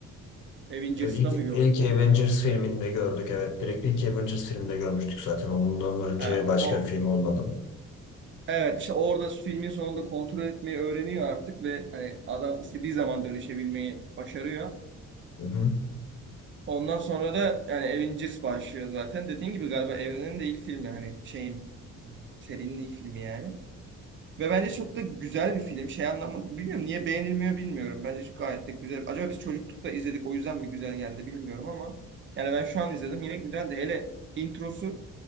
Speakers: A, on the right; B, on the left.
A: Avengers'da
B: E, İlk,
A: mı
B: ilk
A: gördük ondan
B: Avengers
A: hemen sonra?
B: filminde gördük evet. Direkt ilk Avengers filminde görmüştük zaten. Ondan önce
A: Ha,
B: başka
A: o
B: bir film olmadım.
A: evet işte orada filmin sonunda kontrol etmeyi öğreniyor artık ve hani adam istediği zaman dönüşebilmeyi başarıyor.
B: Hı hı.
A: Ondan sonra da yani Avengers başlıyor zaten. Dediğin gibi galiba evrenin de ilk filmi hani şeyin serinin ilk filmi yani. Ve bence çok da güzel bir film. Şey anlamı bilmiyorum niye beğenilmiyor bilmiyorum. Bence şu gayet de güzel. Acaba biz çocuklukta izledik o yüzden mi güzel geldi bilmiyorum ama yani ben şu an izledim yine güzeldi. Hele introsu